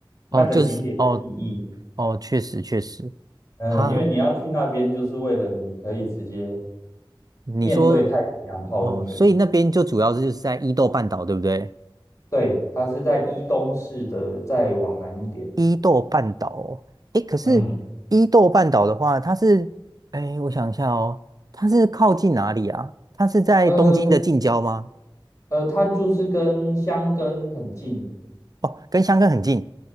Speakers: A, on the left; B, on the right.
A: 那个景点的意义。
B: 哦，就是哦哦，确实确实。
A: 嗯，
B: 哈，
A: 因为你要去那边，就是为了你可以直接
B: 你说
A: 面对太平洋泡温泉。
B: 哦，所以那边就主要是就是在伊豆半岛，对不对？
A: 对，它是在伊东市的，再往南一点。
B: 伊豆半岛哦，诶，可是伊豆半岛的话，
A: 嗯，
B: 它是，诶，我想一下哦，它是靠近哪里啊？它是在东京的近郊吗？
A: 呃呃，它就是跟箱根很近，
B: 哦，跟箱根很近